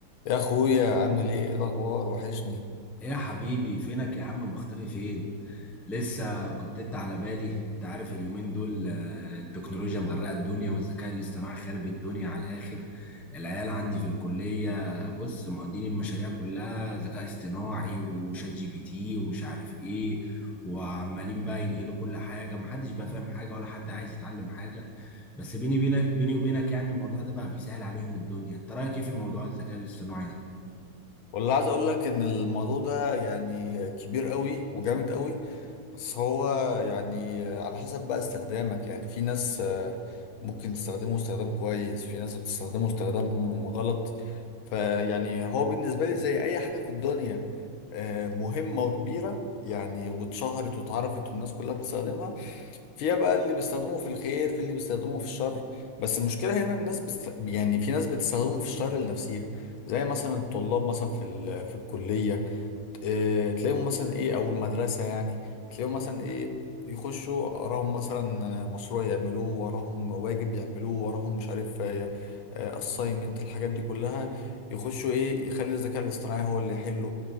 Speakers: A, on the left; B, in the centre.
A: يا اخويا عامل ايه ايه الاخبار وحشني
B: ايه يا حبيبي فينك يا عم مختفي فين لسه كنت انت على بالي انت عارف اليومين دول آه، التكنولوجيا مغرقه الدنيا والذكاء الاصطناعي خارب الدنيا على الاخر العيال عندي في الكليه آه، بص مقضين المشاريع كلها ذكاء اصطناعي وشات جي بي تي ومش عارف ايه وعمالين بقى ينقلوا كل حاجه محدش بقى فاهم حاجه ولا حد عايز يتعلم حاجه بس بيني بينك بيني وبينك يعني الموضوع ده بقى بيسهل عليهم الدنيا انت رايك ايه في الموضوع الذكاء الاصطناعي ده
A: والله عايز اقول لك ان الموضوع ده يعني كبير قوي وجامد قوي بس هو يعني على حسب بقى استخدامك يعني في ناس آه، ممكن تستخدمه استخدام كويس في ناس بتستخدمه استخدام غلط فيعني هو بالنسبة لي زي اي حاجة في الدنيا آه، مهمة وكبيرة يعني واتشهرت واتعرفت والناس كلها بتستخدمها فيها بقى اللي بيستخدموه في الخير في اللي بيستخدموه في الشر بس المشكلة هنا الناس بست... يعني في ناس بتستخدمه في الشر لنفسها زي مثلا الطلاب مثلا في ال... في الكلية آه، تلاقيهم مثلا ايه او المدرسه يعني تلاقيهم مثلا ايه يخشوا وراهم مثلا آه، مشروع يعملوه وراهم واجب يعملوه وراهم مش عارف اساينمنت الحاجات دي كلها يخشوا ايه يخلي الذكاء الاصطناعي هو اللي يحله